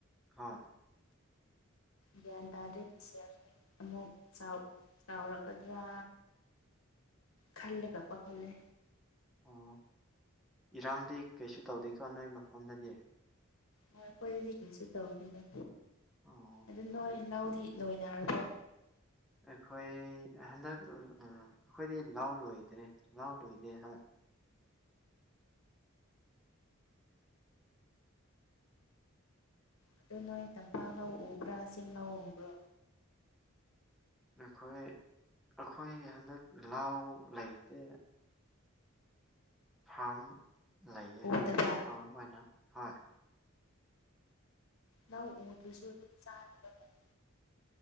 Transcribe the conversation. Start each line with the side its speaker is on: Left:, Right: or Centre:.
Centre: ꯍꯣꯏ
Left: ꯒ꯭ꯌꯥꯟ ꯇꯗꯦ ꯄꯁꯌꯥꯁꯨꯦ <inaudible> ꯑꯃꯨꯛ ꯆꯥꯎ ꯆꯥꯎꯔꯛꯀꯗ꯭ꯔꯥ ꯈꯜꯂꯒ ꯄꯥꯈꯠꯂꯦ
Centre: ꯑꯣ ꯏꯔꯥꯡꯗꯤ ꯀꯩꯁꯨ ꯇꯧꯗꯦꯀꯣ ꯅꯣꯏ ꯃꯐꯝꯗꯗꯤ
Left: ꯍꯣꯏ ꯑꯩꯈꯣꯏꯗꯤ ꯀꯩꯁꯨ ꯇꯧꯗꯦꯗ
Centre: ꯑꯣ
Left: ꯑꯗꯨ ꯅꯣꯏ
Centre: ꯑꯗꯨꯗꯤ
Left: ꯂꯧꯗꯤ ꯂꯣꯏꯅꯔꯕꯣ
Centre: ꯑꯩꯈꯣꯏ ꯍꯟꯗꯛ ꯑꯩꯈꯣꯏꯗꯤ ꯂꯥꯎ ꯂꯣꯏꯗ꯭ꯔꯦ ꯂꯥꯎ ꯂꯣꯏꯗꯦ ꯍꯣꯢ
Left: ꯑꯗꯨ ꯅꯣꯏ ꯇꯝꯄꯥꯛ ꯂꯧ ꯎꯕ꯭ꯔꯥ ꯆꯤꯡ ꯂꯥ ꯎꯕ꯭ꯔꯥ
Centre: ꯑꯩꯈꯣꯏ ꯑꯩꯈꯣꯏ ꯍꯟꯗꯛ ꯂꯥꯎ ꯂꯩꯇꯦ ꯐꯥꯔꯝ ꯂꯩꯌꯦ
Left: ꯎꯗꯕ
Centre: ꯍꯣꯏ ꯐꯥꯔꯝ ꯑꯣꯏꯅ ꯍꯣꯏ
Left: ꯂꯧ ꯎꯗꯔꯥꯁꯨ ꯑꯗꯨꯝ ꯆꯥꯅꯕ ꯂꯩ